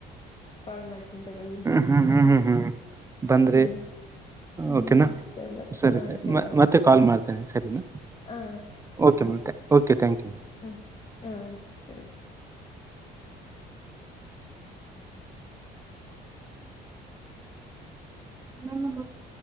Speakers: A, on the left (about 30°); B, on the right (about 20°).
A: ಕಾಲ್ ಮಾಡ್ತೀನಿ ತಗೊಳ್ಳಿ
B: ಹ್ಮ್ ಹ್ಮ್
A: ಹಾ.
B: ಹ್ಮ್ ಹ್ಮ್ ಹ್ಮ್ ಬಂದ್ರೆ
A: ಹ್ಮ್ ಹ್ಮ್
B: ಓಕೆನಾ
A: ಬ
B: ಸರಿ
A: ಹಾ
B: ಸರಿ ಮ
A: ಆಯ್ತು
B: ಮತ್ತೆ ಕಾಲ್ ಮಾ ಸರಿನಾ
A: ಹಾ
B: ಓಕೆ ಮತ್ತೆ ಓಕೆ ಥ್ಯಂಕಿಯು.
A: ಹ್ಮ ಹ ಸರಿ.
B: <unintelligible>